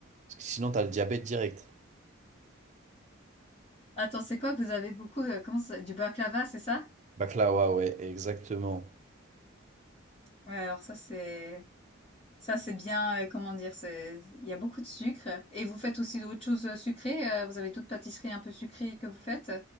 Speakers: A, on the right (about 35°); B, on the left (about 25°).
A: Parce que sinon, t'as le diabète direct.
B: Attends, c'est quoi? que Vous avez beaucoup. euh, comment ça? Du baklava, c'est ça?
A: Baklawa, ouais, exactement.
B: Ouais. Alors ça, c'est. Ça, c'est bien, heu, comment dire? C'est il y a beaucoup de sucre et vous faites aussi d'autres choses, heu, sucrées, heu, vous avez d'autres pâtisseries un peu sucrées que vous faites?